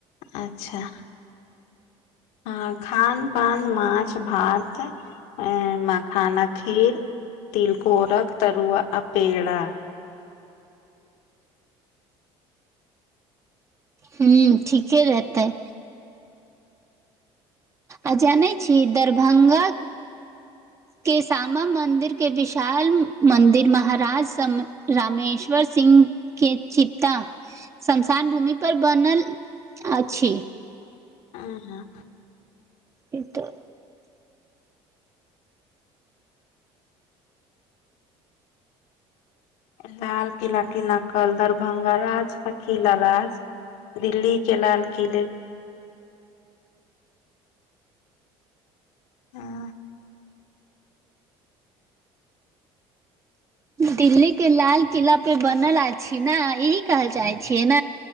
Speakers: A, on the left; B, on the right.
A: अच्छा। हॉं, खान-पान, माछ-भात, अ मखानक खीर तिलकोरक तरूआ अ पेड़ा।
B: हूँम्म, ठीके रहतै। आ जानै छी दरभंगा के शामा मन्दिर के विशाल मन्दिर महाराज सम रमेश्वर सिंह के चिताऽ श्मशान भूमि पर बनल अछि।
A: आं-हं।
B: ई त
A: लाल किला के नकल, दरभंगा राज का किला राज। दिल्ली के लाल किले हँ
B: दिल्ली के लाल किला पे बनल अछि, ना इहि कह चाहे छिय न।